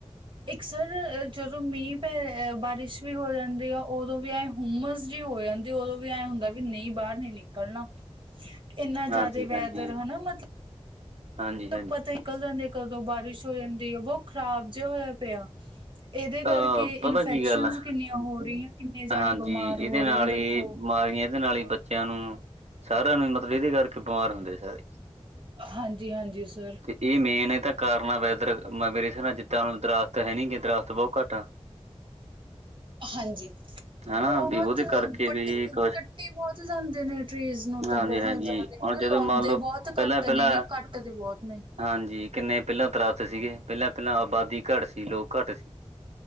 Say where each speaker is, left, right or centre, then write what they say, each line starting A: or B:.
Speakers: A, on the right; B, on the right.
A: ਇਕ ਸ ਸਰ ਜਦੋਂ ਮੀਂਹ ਪੈ ਐ, ਬਾਰਿਸ਼ ਵੀ ਹੋ ਜਾਂਦੀ ਆ, ਉਦੋਂ ਵੀ ਐਂ ਹੁੰਮਸ ਜਿਹੀ ਹੋ ਜਾਂਦੀ, ਉਦੋਂ ਵੀ ਐਂ ਹੁੰਦਾ ਵੀ ਨਹੀਂ ਬਾਹਰ ਨੀ ਨਿਕਲਣਾ। ਇੰਨਾ
B: ਹਾਂਜੀ
A: ਜਿਆਦਾ
B: ਹਾਂਜੀ
A: ਵੈਦਰ ਹਨਾ ਮਤਲਬ
B: ਹਾਂਜੀ ਹਾਂਜੀ
A: ਇਹ ਪਤਾ ਹੀ ਨਹੀ ਕਦੋਂ ਦੀ ਕਦੋ ਬਾਰਿਸ਼ ਹੋ ਜਾਂਦੀ ਆ, ਬਹੁਤ ਖ਼ਰਾਬ ਜਿਹਾ ਹੋਇਆ ਪਿਆ। ਏਦੇ
B: ਅਹ
A: ਕਰਕੇ ਇਨਫੈਕਸ਼ਨਜ
B: ਪਤਾ ਕੀ ਗੱਲ ਆ
A: ਕਿੰਨੀਆਂ ਹੋ ਰਹੀਆਂ, ਕਿੰਨੇ ਜਾਣੇ
B: ਹਾਂਜੀ
A: ਬਿਮਾਰ
B: ਇਹਦੇ
A: ਹੋ
B: ਨਾਲ
A: ਰਹੇ ਆ 'ਦੇਖੋ
B: ਹੀ ਬਿਮਾਰੀਆਂ ਏਦੇ ਨਾਲ ਹੀ ਬੱਚਿਆਂ ਨੂੰ, ਸਾਰਿਆਂ ਨੂੰ ਮਤਲਬ ਏਦੇ ਕਰਕੇ ਬਿਮਾਰ ਹੁੰਦੇ ਆ ਸਾਰੇ।
A: ਹਾਂਜੀ- ਹਾਂਜੀ ਸਰ।
B: ਇਹ ਮੇਨ ਇਹਦਾ ਕਾਰਨ ਹੈ ਵੈਦਰ ਮੇਰੇ ਹਿਸਾਬ ਨਾਲ ਜਿੱਦਾਂ ਹੁਣ ਦਰਖੱਤ ਹੈ ਨੀ ਗੇ ਦਰਖੱਤ ਬਹੁਤ ਘੱਟ ਆ
A: ਹਾਂਜੀ।
B: ਹਨਾ
A: ਬਹੁਤ
B: ਵੀ ਉਹਦੇ ਕਰਕੇ
A: ਪੱਟੀ,
B: ਵੀ ਕੁਛ
A: ਕੱਟੀ ਬਹੁਤ ਜਾਂਦੇ ਨੇ, ਟਰੀਜ਼ ਨੂੰ ਤਾਂ
B: ਹਾਂਜੀ-ਹਾਂਜੀ
A: ਬਹੁਤ ਜ਼ਿਆਦਾ
B: ਹੁਣ
A: ਹਨਾ
B: ਜਦੋਂ
A: ਲਾਉਂਦੇ
B: ਮੰਨ ਲਓ
A: ਬਹੁਤ
B: ਪਹਿਲਾਂ-ਪਹਿਲਾਂ
A: ਘੱਟ ਨੇ ਗੇ, ਕੱਟ ਦੇ ਬਹੁਤ ਨੇ।
B: ਹਾਂਜੀ, ਕਿੰਨੇ ਪਹਿਲਾਂ ਦਰਖੱਤ ਸੀਗੇ, ਪਹਿਲਾਂ -ਪਹਿਲਾਂ ਆਬਾਦੀ ਘੱਟ ਸੀ, ਲੋਕ ਘੱਟ ਸੀ।